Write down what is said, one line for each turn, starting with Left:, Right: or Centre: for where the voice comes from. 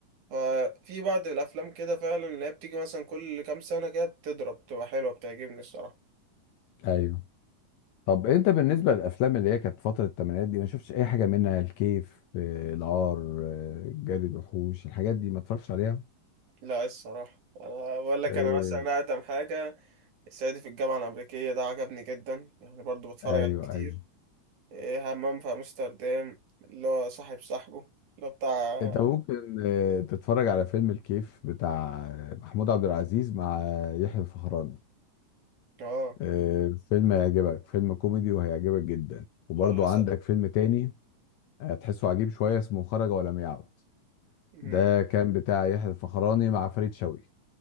Right: ففي بعض الأفلام كده فعلا اللي هي بتيجي مثلا كل كام سنة كده بتضرب بتبقى حلوة بتعجبني الصراحة
Left: ايوه طب انت بالنسبه للافلام اللي هي كانت فتره الثمانينات دي ما شفتش اي حاجه منها الكيف آه، العار آه، جري الوحوش الحاجات دي ما اتفرجتش عليها
Right: لا الصراحة أنا بقول لك
Left: آه،
Right: أنا مثلا أقدم حاجة الصعيدي في الجامعة الأمريكية ده عجبني جدا يعني برضو بتفرج
Left: ايوه
Right: عليه كتير
Left: ايوه
Right: إيه، همام في أمستردام اللي هو صاحب صاحبه اللي هو بتاع
Left: انت ممكن آه، تتفرج على فيلم الكيف بتاع آه، محمود عبد العزيز مع آه، يحيى الفخراني
Right: اه
Left: آه، فيلم هيعجبك فيلم كوميدي وهيعجبك جدا وبرضو
Right: خلاص
Left: عندك فيلم تاني هتحسه عجيب شوية اسمه خرج ولم يعد
Right: مم.
Left: ده كان بتاع يحيى الفخراني مع فريد شوقي